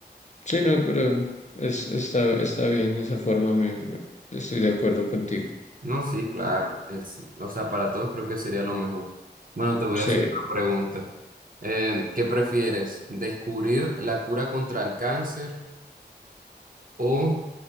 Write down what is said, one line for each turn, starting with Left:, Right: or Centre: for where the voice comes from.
Left: sí, no, pero es, está, está bien esa forma, me, me- estoy de acuerdo contigo.
Right: No, sí, claro. Es- o sea, para todos creo que sería lo mejor. Bueno, te voy
Left: Sí,
Right: a hacer una pregunta. Eh, ¿qué prefieres? ¿Descubrir la cura contra el cáncer o